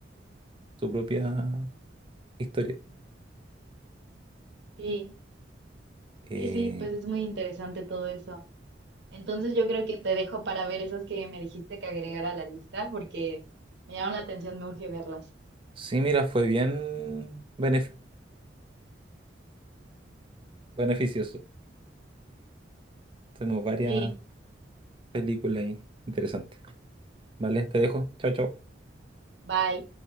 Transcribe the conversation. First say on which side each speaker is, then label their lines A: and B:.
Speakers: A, on the right (about 30°); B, on the right (about 70°).
A: su propia historia.
B: Sí,
A: Eh,
B: sí, sí, pues es muy interesante todo eso. Entonces yo creo que te dejo para ver esas que me dijiste que agregara a la lista porque me llaman la atención, me urge verlas.
A: sí, mira, fue bien benef- beneficioso. Tenemos varias
B: Sí,
A: películas ahí interesantes. Vale, te dejo. Chao, chao.
B: bye.